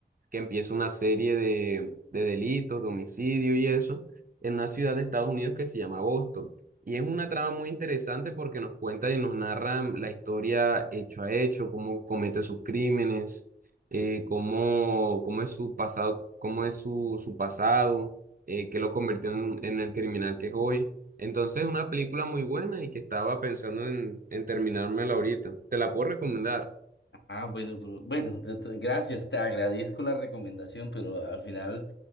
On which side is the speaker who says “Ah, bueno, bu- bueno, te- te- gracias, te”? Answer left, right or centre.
Left